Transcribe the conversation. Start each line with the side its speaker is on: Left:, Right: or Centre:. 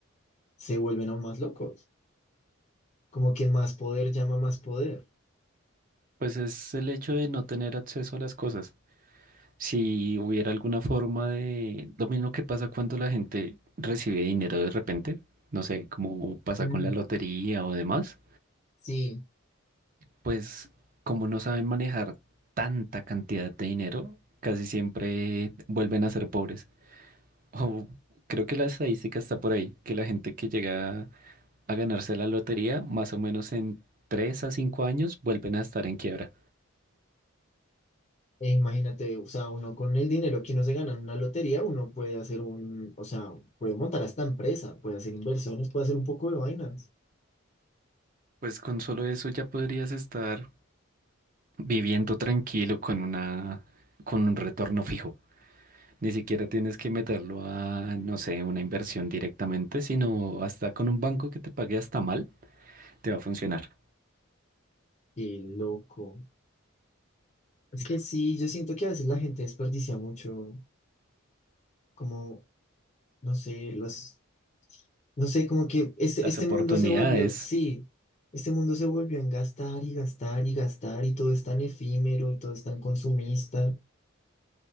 Left: se vuelven aún más locos. como que más poder llama más poder.
Right: Pues es el hecho de no tener acceso a las cosas. Si hubiera alguna forma de... Lo mismo que pasa cuando la gente recibe dinero de repente, no sé, como pasa
Left: Mm,
Right: con la lotería o demás,
Left: Sí,
Right: pues como no saben manejar tanta cantidad de dinero, casi siempre vuelven a ser pobres. <laughs> O creo que la estadística está por ahí, que la gente que llega a ganarse la lotería, más o menos en 3 a 5 años vuelven a estar en quiebra.
Left: e imagínate, o sea, uno con el dinero que uno se gana en una lotería, uno puede hacer un, o sea, puede montar hasta empresa, puede hacer inversiones, puede hacer un poco de vainas.
Right: Pues con solo eso ya podrías estar viviendo tranquilo con una, con un retorno fijo. Ni siquiera tienes que meterlo a, no sé, una inversión directamente, sino hasta con un banco que te pague hasta mal, te va a funcionar.
Left: Qué loco. Es que sí, yo siento que a veces la gente desperdicia mucho, como, no sé, los, no sé, como que este,
Right: Las
Left: este
Right: oportunidades.
Left: mundo se volvió, sí, este mundo se volvió en gastar y gastar y gastar y todo es tan efímero y todo es tan consumista.